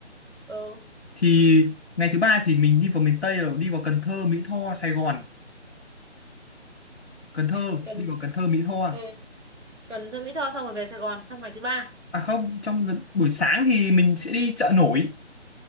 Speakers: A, on the right; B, on the left.
A: ừ
B: thì ngày thứ ba thì mình đi vào miền Tây rồi đi vào Cần Thơ Mỹ Tho Sài Gòn Cần Thơ
A: Cần
B: đi vào
A: Thơ
B: Cần Thơ Mỹ Tho à
A: ừ. Cần Thơ Mỹ Tho xong rồi về Sài Gòn trong ngày thứ ba
B: À không trong lần- buổi sáng thì mình sẽ đi chợ nổi